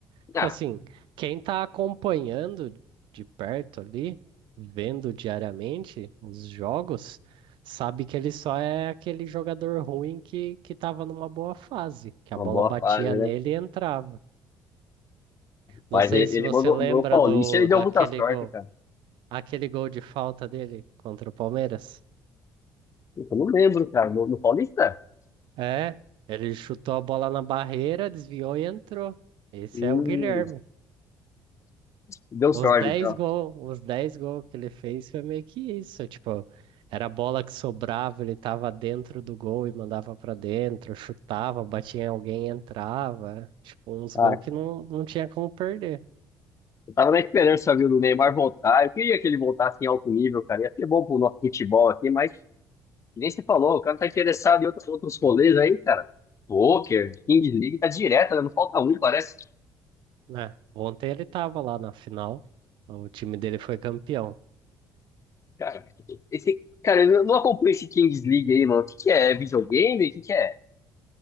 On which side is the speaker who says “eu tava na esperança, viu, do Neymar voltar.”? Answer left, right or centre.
Left